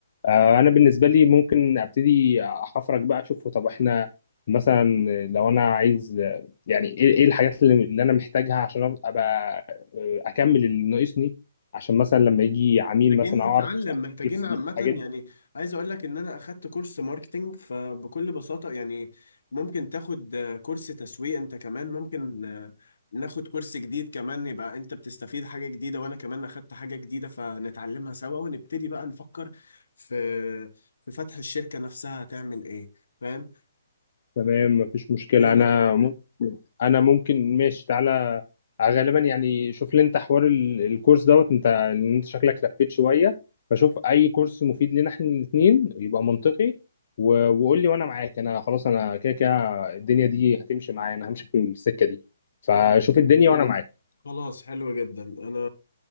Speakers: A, on the left (about 50°); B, on the left (about 70°).
A: آه، انا بالنسبه لي ممكن ابتدي احفرك بقى اشوف طب احنا مثلا لو انا عايز آه، يعني ايه إيه الحاجات اللي اللي انا محتاجها عشان ابقى آه، اكمل اللي ناقصني عشان مثلا لما يجي عميل
B: محتاجين
A: مثلا اعرف
B: نتعلم محتاجين
A: أجيب
B: عامة
A: الحاجات
B: يعني عايز اقول لك ان انا اخدت كورس ماركتينج فبكل بساطة يعني ممكن تاخد آه، كورس تسويق انت كمان ممكن آه، ناخد كورس جديد كمان يبقى انت بتستفيد حاجة جديدة وانا كمان اخدت حاجة جديدة فنتعلمها سوا ونبتدي بقى نفكر في في فتح الشركة نفسها هتعمل ايه فاهم
A: تمام مفيش مشكلة
B: ايه رأيك
A: أنا ممكن أنا ممكن ماشي تعالى آه، غالبا يعني شوف لي أنت حوار ال- الكورس دوت أنت لأن أنت شكلك لفيت شوية فشوف أي كورس مفيد لنا إحنا الاتنين يبقى منطقي و- وقول لي وأنا معاك أنا خلاص أنا كده كده الدنيا دي هتمشي معايا أنا همشي في السكة دي فشوف
B: تمام.
A: الدنيا وأنا جميل معاك
B: خلاص حلو جدا انا